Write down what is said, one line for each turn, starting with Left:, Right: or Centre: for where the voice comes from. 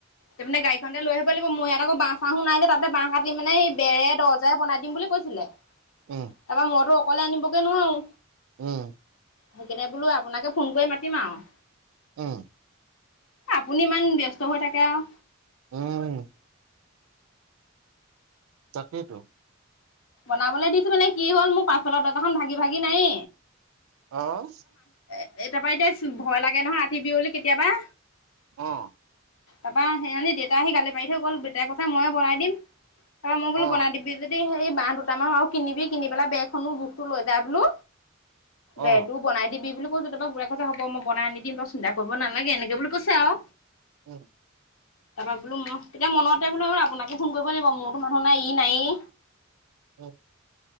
Left: তাৰ মানে গাড়ীখনতে লৈ আহিব লাগিব মই ইয়াত আকৌ বচ আহো ন যে তাতে বাঁহ কাট মানে বেৰে দৰ্জা বনাই দিম বুলি কৈছিলে। তাৰপৰা
Right: উম
Left: মোৰো অকলে আনিবগৈ নোৱাৰো!
Right: উম।
Left: সেইকাৰণনে বোলো আপোনাকে ফোন কৰি মাতিম আৰু
Right: উম।
Left: আপুনি ইমান ব্যস্ত হৈ থাকে আৰু
Right: উম তাকে টো
Left: বনাবলৈ দিছো মানে কি হল মোৰ পাচলৰ দৰ্জাখন ভাগি ভাগি নাই
Right: আহ।
Left: এ তাৰ পৰা এতিয়া ভয় লাগে নহয় ৰাতি বিয়লি কেতিয়াবা।
Right: অ'।
Left: তাৰাপা সেইী দেউতা আহি গালি পাৰি থৈ গ'ল দেউতাৰ কথা ময়ো বনাই দিম ত মই
Right: অ
Left: বোলো বনাই দিবি যদি স বাহহ দুটামান আৰু কিনিবি কিনি পেলাই বেগখনো জোখতটো লৈ যা বোলো
Right: অ
Left: বে তো বনাই দিবি বোলো কৈছো তাৰপৰা বুঢ়াই কৈছে হ'ব মই বনাই আনি‌ দিম তই চিন্তা কৰিব নালাগে এনেকে বুলি কৈছে আৰু
Right: উম
Left: তাৰপৰা বোলো ম তেতিয়া মনতে বোলো আপোনাকে ফোন কৰিব লাগিব মোৰতো মানুহ নাই ই নায়েই
Right: অ',